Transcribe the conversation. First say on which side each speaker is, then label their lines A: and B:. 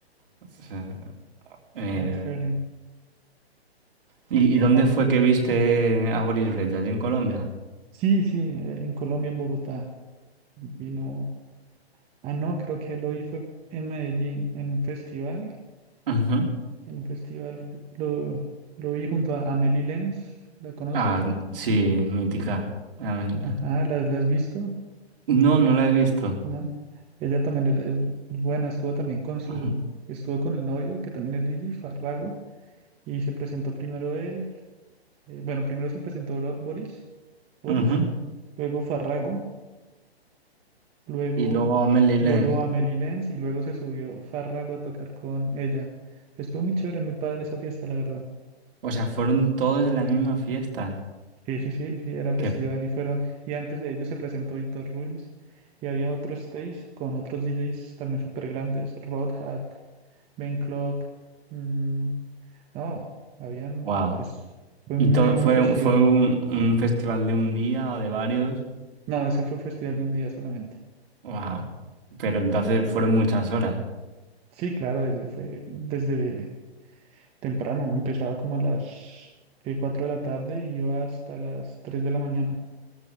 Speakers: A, on the right (about 55°); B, on the right (about 20°).
A: O sea, eh,
B: Oh, chévere.
A: ¿Y, y dónde
B: Ah,
A: fue que viste a Boris Brejcha? ¿Allí en Colombia?
B: sí, sí, eh, en Colombia, en Bogotá. Vino. Ah, no, creo que lo vi fue en Medellín, en un festival.
A: Ujú.
B: en un festival. Lo, lo vi junto a Amelie Lenz, ¿la conoces?
A: Ah, sí, mítica, la Melina.
B: Ajá, ¿la, la has visto?
A: No, no la he visto.
B: ¿No? Ella también es, es buena, estuvo también con su,
A: Ujú.
B: estuvo con el novio, que también es DJ, Farrago, y se presentó primero él, eh, bueno, primero se presentó Bro- Boris, Boris,
A: Ujú.
B: luego Farrago, luego,
A: Y luego a Melilé.
B: luego Amelie Lenz, y luego se subió Farrago a tocar con ella. Estuvo muy chévere, muy padre esa fiesta, la verdad.
A: O sea, fueron todos en la misma fiesta.
B: Sí, sí, sí, sí, era festival
A: Que,
B: y fueron. Y antes de ellos se presentó Víctor Ruiz y había otro stage con otros DJs también súper grandes, Rod Hat, Ben Clock. mm, no, habían.
A: wow.
B: es- fue
A: Y
B: un muy
A: todo
B: buen
A: fue,
B: festival.
A: fue un, un festival de un día o de varios.
B: No, ese fue festival de un día solamente.
A: Wow. Pero entonces fueron muchas horas.
B: Sí, claro, desde, fue desde temprano. Empezaba como a las eh, 4 de la tarde y iba hasta las 3 de la mañana.